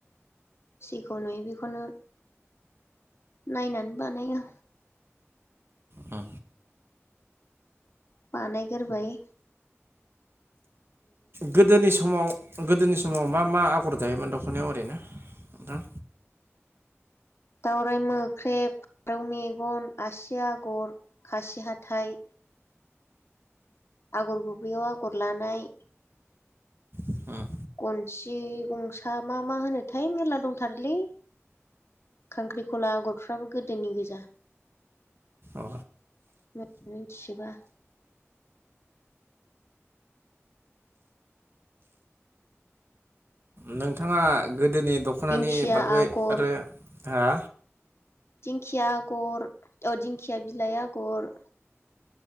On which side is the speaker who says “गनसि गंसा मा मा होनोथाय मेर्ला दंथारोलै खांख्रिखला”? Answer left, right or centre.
Left